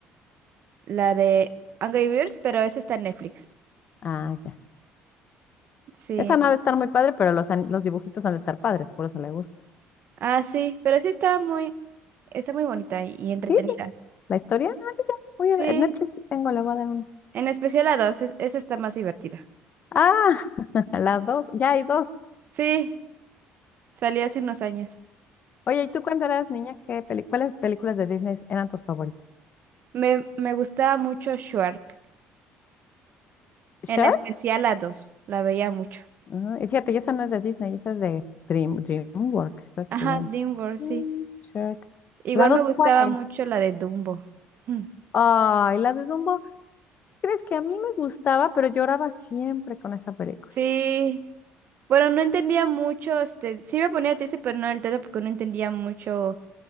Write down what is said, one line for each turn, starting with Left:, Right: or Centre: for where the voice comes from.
Right: la de Angry Birds, pero esa está en Netflix.
Left: Ah, ya.
Right: Sí.
Left: Esa no ha de estar muy padre, pero los, an- los dibujitos han de estar padres, por eso le gusta.
Right: Ah, sí, pero sí está muy, está muy bonita y, y entretenida.
Left: ¿Sí? ¿La historia? Ah, mira, voy a
Right: Sí,
Left: ver. Netflix sí tengo, le voy a dar un.
Right: en especial la 2, es- esa está más divertida.
Left: Ah, <laughs> las dos, ya hay dos.
Right: Sí, salió hace unos años.
Left: Oye, ¿y tú cuando eras niña, qué peli- cuáles películas de Disney eran tus favoritas?
Right: Me, me gustaba mucho Shark,
Left: ¿Sure?
Right: en especial la 2, la veía mucho.
Left: Ah, y fíjate, y esa no es de Disney, esa es de Dream, DreamWorks, creo que
Right: Ajá,
Left: se llama.
Right: DreamWorks,
Left: Mm,
Right: sí.
Left: Shrek.
Right: Igual
Left: ¿La dos
Right: me gustaba
Left: cuál es?
Right: mucho la de Dumbo. Hmm.
Left: Ay, la de Dumbo. ¿Crees que a mí me gustaba, pero lloraba siempre con esa película?
Right: Sí. Bueno, no entendía mucho, este, sí me ponía triste, pero no del todo porque no entendía mucho,